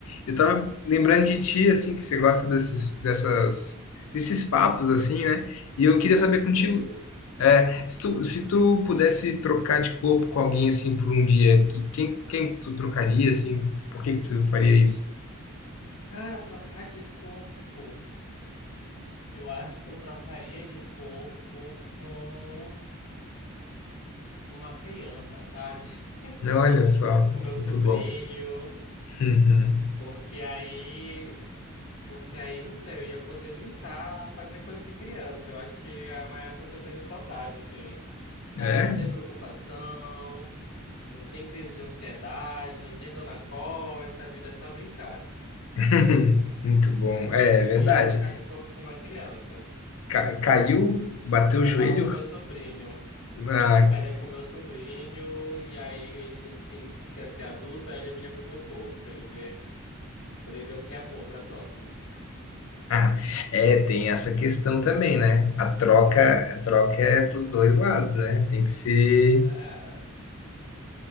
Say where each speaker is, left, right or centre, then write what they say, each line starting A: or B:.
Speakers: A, on the left (about 70°); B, on the left (about 85°).
A: Eu tava lembrando
B: aham.
A: de ti,
B: <laughs>
A: assim, que você gosta desses, dessas, desses papos, assim, né? E eu queria saber
B: Hum,
A: contigo,
B: Doido.
A: é, se tu, se tu pudesse trocar de corpo com alguém, assim, por um dia, que- quem, quem que tu trocaria, assim? Por que que tu faria isso?
B: Cara, trocar de corpo. Eu acho que eu trocaria de corpo com uma criança, sabe? <laughs>
A: Olha só,
B: Com meu sobrinho.
A: muito bom. Uhum.
B: Porque aí Porque aí, não sei, eu ia poder brincar, fazer coisa de criança. Eu acho que é uma época que eu tenho saudade, assim.
A: É?
B: Sabe? Não tem preocupação, não tem crise de ansiedade, não tem dor na costa, a vida é só brincar.
A: <laughs> Muito bom. É,
B: Eu
A: é verdade.
B: ia trocar de corpo com uma criança.
A: Ca- caiu, bateu
B: Trocava
A: o joelho,
B: com meu sobrinho.
A: ah,
B: Eu trocaria com meu sobrinho, e aí ele, ele que quer ser adulto, aí ele vinha pro meu corpo, pra ele ver, pra ele ver o que é bom pra tosse.
A: Ah, É, tem essa questão também, né? A troca, a troca é para os dois lados, né? Tem que ser.
B: É,